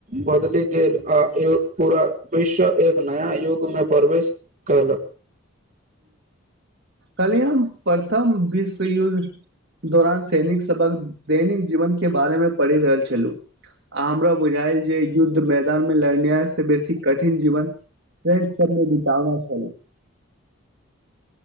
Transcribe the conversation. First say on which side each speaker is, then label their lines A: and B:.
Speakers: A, on the right (about 40°); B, on the right (about 65°).
A: बदलि गेल आ पूरा विश्व एक नया युग में प्रवेश कालप
B: काल्हि प्रथम विश्वयुद्ध दौरान सैनिक सबक दैनिक जीवन के बारे में पढ़ि रहल छलु आ हमरा बुझायल जे युद्ध मैदान में लड़ने से बेसी कठिन जीवन फ सब वितना च <inaudible>